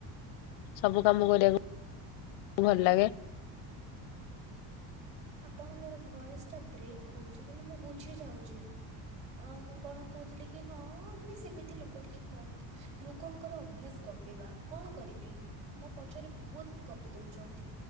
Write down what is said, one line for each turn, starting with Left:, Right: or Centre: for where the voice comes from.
Left: ସବୁ କାମ କରିବାକୁ ଭଲ୍‌ ଲାଗେ।
Right: ଆପଣଙ୍କର ଭଏସ୍‌ ଟା ବ୍ରେକ୍ ହଉଚି, କିନ୍ତୁ ମୁଁ ବୁଝିଯାଉଚି। ମୁଁ କ'ଣ କହୁଥିଲି କି, ହଁ ମାନେ ସେମିତି ଲୋକ ଟିକେ କ ଲୋକଙ୍କର ଅଭ୍ୟାସ୍‌ ଗପିବା, କଣ କରିବି? ମୋ ପଛରେ ବହୁତ୍ ଗପି ଦଉଚନ୍ତି।